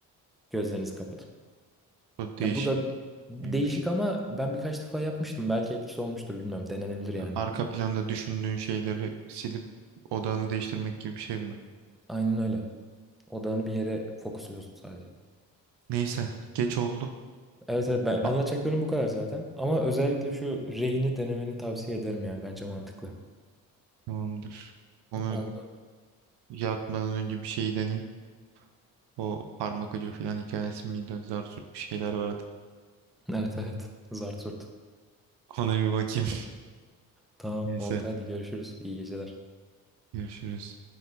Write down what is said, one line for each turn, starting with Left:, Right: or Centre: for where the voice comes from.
Centre: Gözlerinizi kapatıp.
Right: O
Centre: Ya
Right: değişik
Centre: bu da değişik
Right: değişikmiş.
Centre: ama ben birkaç defa yapmıştım. Belki etkisi olmuştur bilmem. Denenebilir yani.
Right: Arka planda düşündüğün şeyleri silip odağını değiştirmek gibi bir şey bu da.
Centre: Aynen öyle. Odağını bir yere fokusluyorsun sadece.
Right: Neyse, geç oldu.
Centre: Evet evet ben
Right: Ben-
Centre: anlatacaklarım bu kadar zaten. Ama özellikle şu Rei'ni denemeni tavsiye ederim yani bence mantıklı.
Right: Tamamdır. Onu
Centre: Oldu.
Right: yatmadan önce bir şey deneyeyim. O parmak ucu falan hikayesi miydi? Zar zor bir şeyler vardı.
Centre: Evet evet. Zart zurt.
Right: Ona bir bakayım.
Centre: Tamam
Right: <laughs> Neyse,
Centre: oldu hadi görüşürüz. İyi geceler.
Right: görüşürüz.